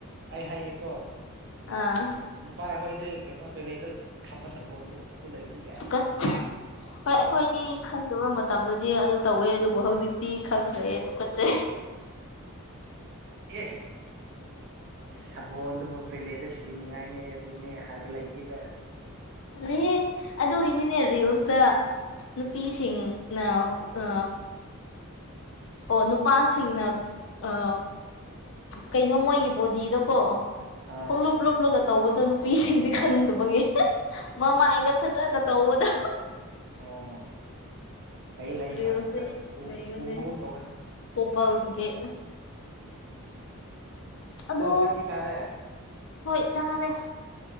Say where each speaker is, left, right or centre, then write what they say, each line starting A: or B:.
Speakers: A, on the right; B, on the left.
A: ꯑꯩ ꯍꯥꯏꯌꯦꯀꯣ
B: ꯑꯥ
A: ꯅꯨꯄꯥ ꯑꯩꯈꯣꯏꯗꯤ ꯀꯩꯅꯣ ꯇꯣꯏꯂꯦꯠꯇ ꯊꯝꯕ ꯁꯝꯕꯣꯟꯗꯣ ꯑꯗꯨ ꯂꯩꯔꯗꯤ ꯌꯥꯔꯦ
B: ꯇꯨꯀꯠ ꯍꯣꯏ ꯑꯩꯈꯣꯏꯗꯤ ꯈꯪꯗꯕ ꯃꯇꯝꯗꯗꯤ ꯑꯗꯨ ꯇꯧꯋꯦ
A: ꯎꯝ
B: ꯑꯗꯨꯕꯨ ꯍꯧꯖꯤꯛ ꯄ ꯈꯪꯗ꯭ꯔꯦ ꯇꯨꯀꯠꯆꯩ
A: ꯑꯦ ꯁꯥꯕꯣꯟꯗꯨꯕꯨ ꯇꯣꯏꯂꯦꯠꯇ ꯁꯤꯖꯤꯟꯅꯅꯤꯡꯉꯥꯏꯅꯦ ꯑꯗꯨꯅꯦ ꯍꯥꯏꯕ ꯂꯩꯇꯦꯗ
B: ꯑꯗꯨꯦ ꯑꯗꯨꯒꯤꯅꯤꯅꯦ ꯔꯤꯌꯜꯁꯇ ꯅꯨꯄꯤꯁꯤꯡꯅ ꯑ ꯑꯣ ꯅꯨꯄꯥꯁꯤꯡꯅ ꯑ ꯀꯩꯅꯣ ꯃꯣꯏꯒꯤ ꯕꯣꯗꯤꯗꯀꯣ
A: ꯑꯥ
B: ꯄꯨꯡꯂꯨꯞ ꯂꯨꯞꯂꯒ ꯇꯧꯕꯗꯣ ꯅꯨꯄꯤꯁꯤꯡꯗꯤ ꯈꯪꯗꯕꯒꯤ ꯃꯃꯥꯏꯅ ꯐꯖꯅ ꯇꯧꯕꯗꯣ
A: ꯑꯣ ꯂꯩ ꯂꯩ
B: ꯔꯦꯌꯣꯁ
A: ꯍꯣꯏ ꯈꯔ ꯎ
B: ꯂꯩꯣꯅꯦ
A: ꯎꯕꯒꯨꯝ ꯇꯧꯋꯦ
B: ꯀꯣꯄꯥꯜꯁꯒꯤ ꯑꯗꯣ
A: ꯆꯥꯛꯇꯤ ꯆꯥꯔꯦ
B: ꯍꯣꯏ ꯆꯥꯔꯦ